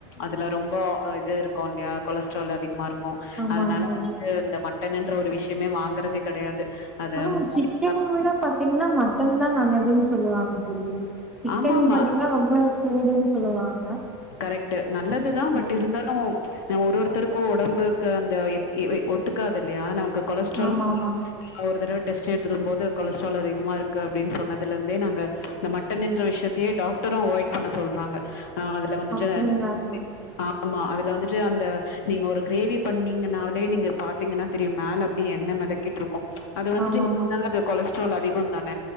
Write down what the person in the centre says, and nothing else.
ஆமாங்க
தோழி
ஆனா
சிக்கன
விட பாத்தீங்னா மட்டன்தா நல்லதுன் சொல்லுவாங்க தோழி சிக்கன்
பாத்தீங்னா ரொம்ப ஸ் சூடுன் சொல்லுவாங்க
ம்
ஆமா ஆமா
அப்டிங்களா
தோழி
ஆமா
ஆமா